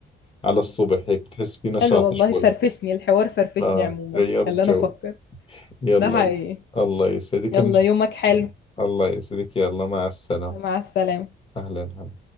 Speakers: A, on the left; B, on the left.
A: على الصبح هيك بتحس في نشاط
B: حلو والله
A: شوي
B: فرفشني الحوار فرفشني
A: اه
B: عموما
A: غيرت
B: خلاني
A: جو
B: افكر
A: يلا
B: ده حقيقي
A: الله يسعدك
B: يلا
A: منيح
B: يومك حلو
A: الله يسعدك يلا مع السلامة
B: مع السلامة
A: اهلا هلا